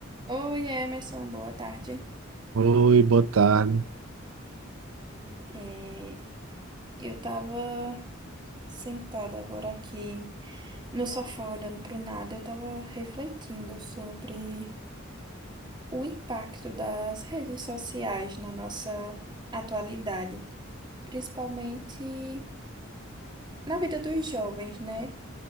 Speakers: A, on the right; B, on the right.
A: Oi, Emerson, boa tarde.
B: Oi, boa tarde.
A: É, eu tava sentada agora aqui no sofá olhando pro nada, eu tava refletindo sobre o impacto das redes sociais na nossa atualidade, principalmente na vida dos jovens, né?